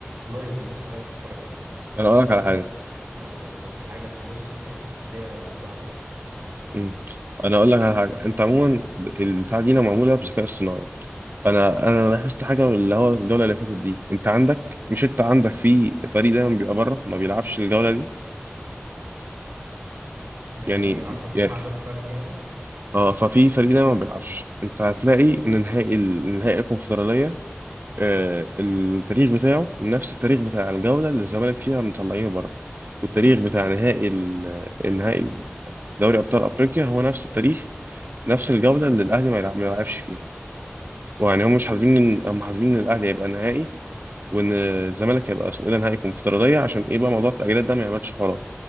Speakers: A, on the right; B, on the right.
A: لايف للناس كلها بتتفرج عليها
B: انا اقول
A: أما فكره
B: لك على حاجه
A: إنك تطلع ب- ب- بحاجه في النص كده دي ضدها تمام
B: مم. انا اقول لك على حاجه انت عموما الساعه دي معموله بذكاء اصطناعي انا انا لاحظت حاجه اللي هو الجوله اللي فاتت دي انت عندك مش انت عندك في فريق دايما بيبقى بره ما بيلعبش الجوله دي
A: يعني
B: يعني
A: عشان
B: يعني
A: هم عدد فرد يعني
B: اه ففي فريق دايما ما بيلعبش انت هتلاقي ان نهائي ال- نهائي الكونفدراليه آه التاريخ بتاعه نفس التاريخ بتاع الجوله اللي الزمالك فيها مطلعينه بره والتاريخ بتاع نهائي ال- النهائي دوري ابطال افريقيا هو نفس التاريخ نفس الجوله اللي الاهلي ما يلعب- ما يلعبش فيها ويعني هم مش حابين ان هم حابين ان الاهلي هيبقى نهائي وان الزمالك هيبقى اسمه ايه ده نهائي كونفدراليه عشان ايه بقى موضوع التاجيلات ده ما يعملش حوارات